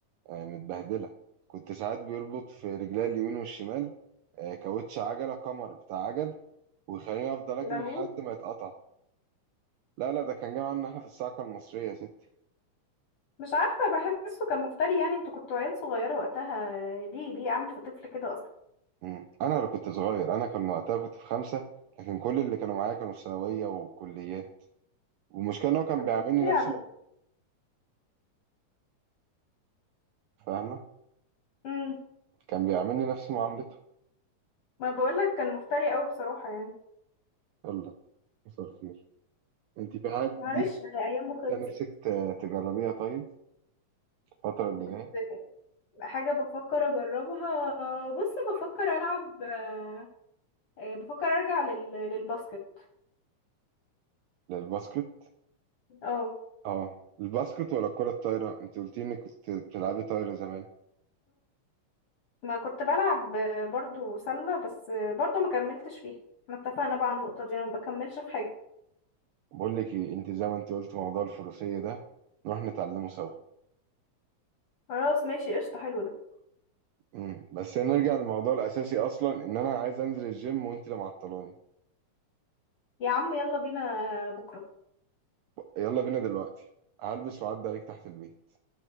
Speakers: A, on the right (about 80°); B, on the left (about 65°).
A: آه، متبهدلة كنت ساعات بيربط في رجلي اليمين والشمال آه، كاوتش عجلة كمر بتاع عجل ويخليني أفضل
B: يا
A: أجري
B: لهوي
A: لحد ما يتقطع لا لا ده كان جاي عنا إحنا في الصاعقة المصرية يا ستي
B: مش عارفة بحسه كان مفتري يعني انتوا كنتوا عيال صغيرة وقتها ليه ليه عامل في طفل كده اصلا
A: مم. أنا اللي كنت صغير أنا كان وقتها كنت في خمسة لكن كل اللي كانوا معايا كانوا في ثانوية وكليات والمشكلة إن هو كان
B: كان
A: بيعاملني
B: بيفتري
A: نفس
B: عليه
A: ما فاهمة
B: امم
A: كان بيعاملني نفس معاملته
B: ما بقولك كان مفتري قوي بصراحة يعني
A: يلا مساء الخير انت في حاجة
B: معلش
A: دي
B: هي ايامه خلصت
A: انت نفسك ت- تجربيها طيب الفترة اللي
B: بت...
A: جاية
B: حاجة بفكر اجربها آه، بص بفكر العب آه، آه، بفكر ارجع لل... للباسكت
A: للباسكت
B: اه
A: اه الباسكت ولا الكرة الطايرة انت قلت لي انك كنت بتلعبي طايرة زمان
B: ما كنت بلعب آه، برضو سلة بس آه، برضو ما كملتش فيها احنا اتفقنا بقى على النقطة دي انا ما بكملش في حاجة
A: بقول لك ايه انت زي ما انت قلت موضوع الفروسية ده نروح نتعلمه سوا
B: خلاص ماشي قشطة حلو ده
A: امم بس نرجع للموضوع الاساسي اصلا ان انا عايز انزل الجيم وانت اللي معطلاني
B: يا عم يلا بينا بكرة
A: يلا بينا دلوقتي هلبس وعدي عليك تحت البيت